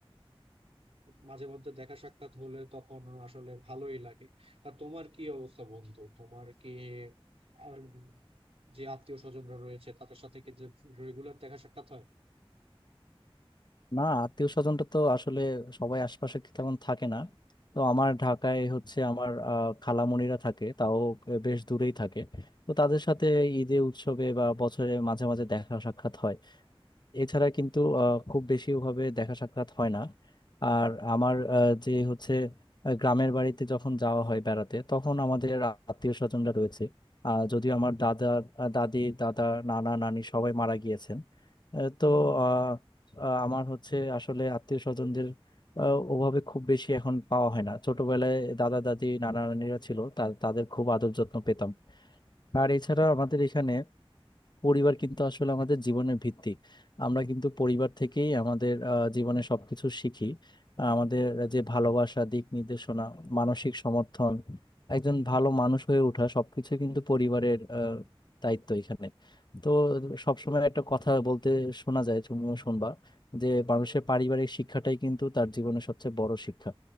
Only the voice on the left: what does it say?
না আত্মীয় স্বজনটা তো আসলে সবাই আশপাশে তেমন থাকে না তো আমার ঢাকায় হচ্ছে আমার আহ, খালামণিরা থাকে তাও বেশ দূরেই থাকে তো তাদের সাথে ঈদে উৎসবে বা বছরে মাঝে মাঝে দেখা সাক্ষাৎ হয় এছাড়া কিন্তু আহ, খুব বেশি ওভাবে দেখা সাক্ষাৎ হয় না আর আমার আহ, যে হচ্ছে আহ, গ্রামের বাড়িতে যখন যাওয়া হয় বেড়াতে তখন আমাদের আত্মীয় স্বজনরা রয়েছে আহ, যদিও আমার দাদা আহ, দাদি দাদা নানা নানি সবাই মারা গিয়েছেন আহ, তো আহ, আহ, আমার হচ্ছে আসলে আত্মীয় স্বজনদের ওভাবে খুব বেশি এখন পাওয়া হয় না ছোটবেলায় দাদা দাদি নানা নানিরা ছিল তা- তাদের খুব আদর যত্ন পেতাম আর এছাড়া আমাদের এখানে পরিবার কিন্তু আসলে আমাদের জীবনের ভিত্তি আমরা কিন্তু পরিবার থেকেই আমাদের আহ, জীবনে সবকিছু শিখি আমাদের যে ভালোবাসা দিক নির্দেশনা মানসিক সমর্থন একজন ভালো মানুষ হয়ে ওঠা সবকিছু কিন্তু পরিবারের আহ, দায়িত্ব এখানে তো সবসময় একটা কথা বলতে শোনা যায় তুমিও শুনবা যে মানুষের পারিবারিক শিক্ষাটাই কিন্তু তার জীবনের সবচেয়ে বড় শিক্ষা